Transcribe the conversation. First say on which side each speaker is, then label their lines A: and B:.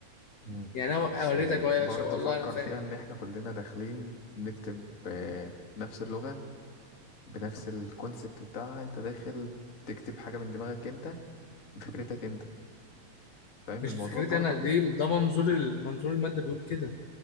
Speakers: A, on the left (about 30°); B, on the left (about 65°).
A: مم.
B: يعني انا
A: بس
B: وريتك
A: آه،
B: اهو يا
A: برضه
B: باشا والله
A: فكر
B: انا فاهم
A: فيها ان احنا كلنا داخلين نكتب آه، نفس اللغة بنفس الكونسبت بتاعها انت داخل تكتب حاجة من دماغك انت بفكرتك انت فاهم
B: مش
A: الموضوع
B: بفكرتي
A: برضه
B: انا دي ده منظور ال- منظور الماده بيقول كده